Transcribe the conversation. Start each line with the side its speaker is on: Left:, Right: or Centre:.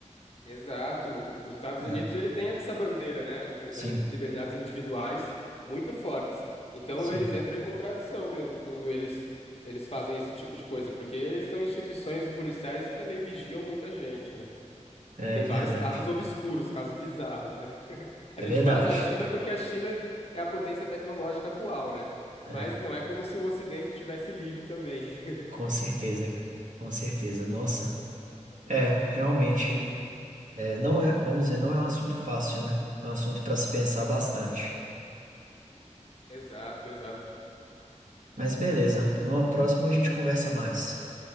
Left: Exato. Os Estados
Right: É,
Left: Unidos ele tem essa bandeira, né, de,
Right: sim,
Left: das liberdades individuais muito fortes. Então
Right: sim,
Left: eles entram em contradição mesmo quando eles eles fazem esse tipo de coisa, porque eles são instituições policiais que também vigiam muita gente, né?
Right: é
Left: E tem
Right: verdade.
Left: vários casos obscuros, casos bizarros, né? <laughs>
Right: É
Left: A gente
Right: verdade.
Left: fala da China porque a China é a potência tecnológica atual, né?
Right: É,
Left: Mas não é como se o Ocidente tivesse livre também. <laughs>
Right: com certeza, cara. Com certeza. Nossa, é, realmente, é, não é, vamos dizer, não é um assunto fácil, né? É um assunto para se pensar bastante.
Left: Exato, exato.
Right: Mas beleza, numa próxima a gente conversa mais.